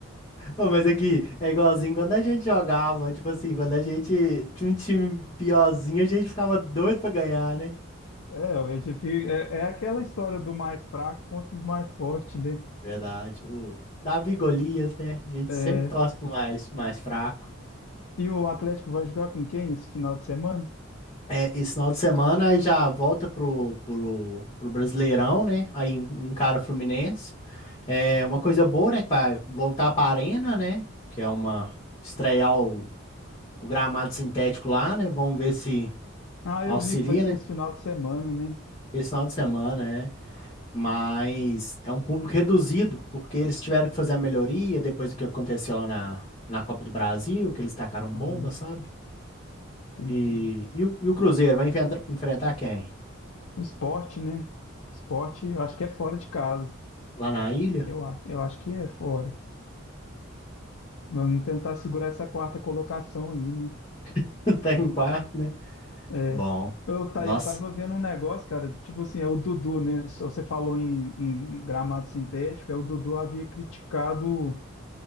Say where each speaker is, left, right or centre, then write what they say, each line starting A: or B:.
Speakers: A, on the left (about 30°); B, on the left (about 75°).
A: Ô, mas aqui é é igualzinho quando a gente jogava, tipo assim, quando a gente tinha um time piorzinho, a gente ficava doido pra ganhar, né?
B: É, a gente fica- é, é aquela história do mais fraco contra os mais fortes, né?
A: Verdade. O Davi e Golias, né? A gente
B: É,
A: sempre torce pro mais, mais fraco.
B: e o Atlético vai jogar com quem esse final de semana?
A: É, esse final de semana aí já volta pro, pro, pro Brasileirão, né? Aí en- encara o Fluminense. É uma coisa boa, né? Que vai voltar pra Arena, né? Que é uma estrear o, o gramado sintético lá, né? Vamos ver se
B: Ah,
A: auxilia,
B: eu vi que vai ser
A: né?
B: esse final de semana, né?
A: Esse final de semana, é. Mas é um público reduzido, porque eles tiveram que fazer a melhoria depois do que aconteceu lá na, na Copa do Brasil, que eles tacaram
B: Ah,
A: bomba, sabe?
B: Entendi.
A: E, e, o, e o Cruzeiro vai enfrentar, enfrentar quem?
B: O esporte, né? Esporte, eu acho que é fora de casa.
A: Lá na ilha?
B: Eu, a- eu acho que é fora. Vamos tentar segurar essa quarta colocação aí, né?
A: <laughs> Tá em quarto, né?
B: É.
A: Bom,
B: Eu, tá,
A: nossa,
B: eu tava vendo um negócio, cara, tipo assim, é o Dudu, né? Se Você falou em, em gramado sintético, é o Dudu havia criticado